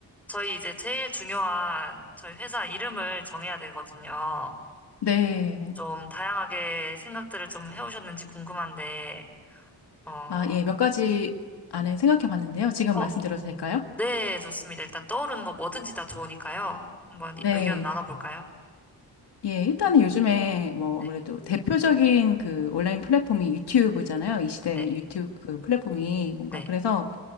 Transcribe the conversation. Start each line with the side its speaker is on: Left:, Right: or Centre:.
Centre: 저희 이제 제일 중요한 저희 회사 이름을 정해야 되거든요.
Left: 네.
Centre: 좀 다양하게 생각들을 좀 해오셨는지 궁금한데, 어,
Left: 아, 예, 몇 가지 안에 생각해 봤는데요. 지금
Centre: 어,
Left: 말씀드려도 될까요?
Centre: 네, 좋습니다. 일단 떠오르는 거 뭐든지 다 좋으니까요. 한번 이-
Left: 네.
Centre: 의견을 나눠볼까요?
Left: 예, 일단은 요즘에 뭐
Centre: 네,
Left: 아무래도 대표적인 그 온라인 플랫폼이 유튜브잖아요. 이 시대
Centre: 네,
Left: 유튜브 그 플랫폼이 뭔가
Centre: 네,
Left: 그래서